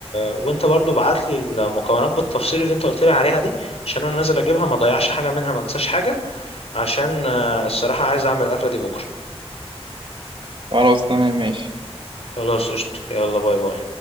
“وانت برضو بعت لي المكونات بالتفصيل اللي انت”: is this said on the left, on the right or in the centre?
Left